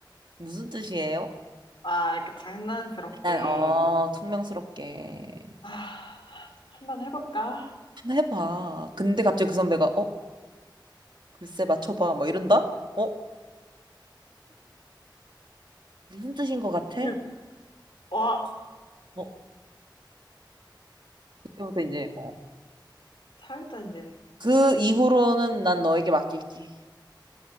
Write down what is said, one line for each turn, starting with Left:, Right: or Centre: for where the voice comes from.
Right: 무슨 뜻이에요?
Left: 아, 이렇게 장난스럽게.
Right: 난, 어 퉁명스럽게
Left: 아, 한번 해볼까?
Right: 한번 해봐. 근데 갑자기 그 선배가 어 글쎄 맞춰봐 뭐 이런다? 어 무슨 뜻인 것 같아?
Left: 그, 와,
Right: 어 그때부터 이제 뭐.
Left: 살짝 이제.
Right: 그 이후로는 난 너에게 맡길게.